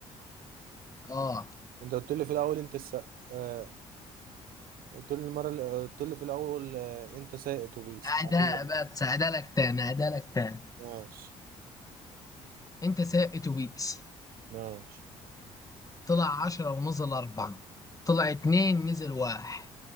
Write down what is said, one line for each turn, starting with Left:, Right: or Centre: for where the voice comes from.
Left: اه
Right: انت قلت لي في الاول انت الس... آه... قلت لي المره اللي... قلت لي في الاول آه... انت سايق اتوبيس
Left: أداء
Right: ايوه
Left: بس أدالك تاني أدالك تاني
Right: ماشي
Left: أنت سايق أتوبيس
Right: ماشي
Left: طلع عشرة ونزل أربعة طلع اتنين نزل واحد